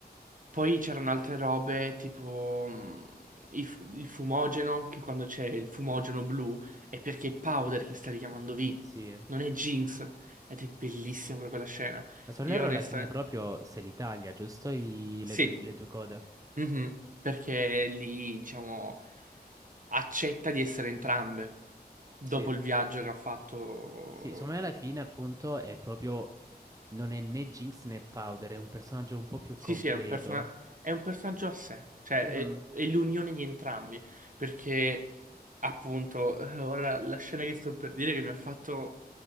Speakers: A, on the right; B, on the right.
A: Poi c'erano altre robe tipo mh, i fu- il, fumogeno, che quando c'è il fumogeno blu è perché è Powder che sta richiamando V,
B: Sì. eh.
A: non è Jinx. Ed è bellissima pure quella scena.
B: Ma se non
A: Io
B: erro
A: onestamente...
B: alla fine proprio se l'Italia, giusto? I-
A: Sì,
B: le, due le due code.
A: mhm, perché lì, diciamo, accetta di essere entrambe dopo
B: Sì.
A: il viaggio che ha fatto.
B: Sì, secondo me alla fine appunto è proprio... Non è né Jinx né Powder, è un personaggio un po' più
A: Sì,
B: completo.
A: sì, è un, persona- è un personaggio a sé, cioè
B: Mhm,
A: è è l'unione di entrambi, perché Appunto, eh, ora la scena che sto per dire che mi ha fatto,